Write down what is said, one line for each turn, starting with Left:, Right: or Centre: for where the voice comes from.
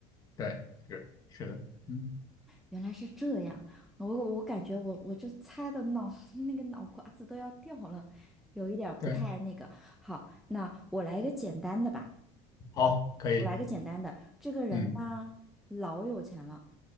Left: 对，是是的，嗯，
Centre: 原来是这样。我我感觉我我这猜的脑 <laughs> 那个脑瓜子都要掉了，有一点儿不太那个。
Left: 对，
Centre: 好，那我来一个简单的吧，
Left: 好，可以，
Centre: 我来个简单的。这个人呢，
Left: 嗯，
Centre: 老有钱了。